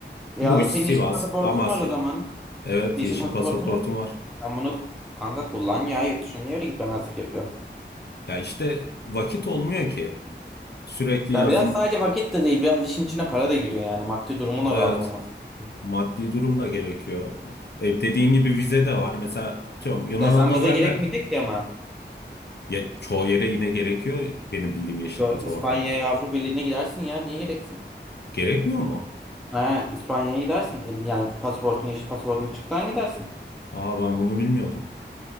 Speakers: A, in the centre; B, on the left.
A: Ya
B: Muş,
A: da senin
B: Sivas,
A: yeşil pasaportun
B: Amasya.
A: var o zaman.
B: Evet
A: Yeşil
B: yeşil
A: pasaportun
B: pasaportum
A: yok.
B: var.
A: Sen bunu kanka kullan ya yurt dışına niye öyle gitmemezlik yapıyorsun?
B: Ya işte vakit olmuyor ki. Sürekli
A: Ya
B: yazın
A: biraz sadece vakit de değil biraz işin içine para da giriyor yani maddi durumun
B: evet
A: da rahat olması gerekiyor.
B: maddi durum da gerekiyor. E, dediğin gibi vize de var. Mesela atıyorum Yunan
A: Ya sen
B: adalarına
A: vize gerekmeyecek ki ama.
B: ya, çoğu yere yine gerekiyor benim bildiğim yeşil
A: Yo,
B: pasaportta.
A: İspanya'ya Avrupa Birliği'ne gidersin ya niye gereksin?
B: Gerekmiyor mu?
A: He İspanya'ya gidersin. El- Yani pasaportun yeşil pasaportun çıktığı an gidersin.
B: Aa ben bunu bilmiyordum.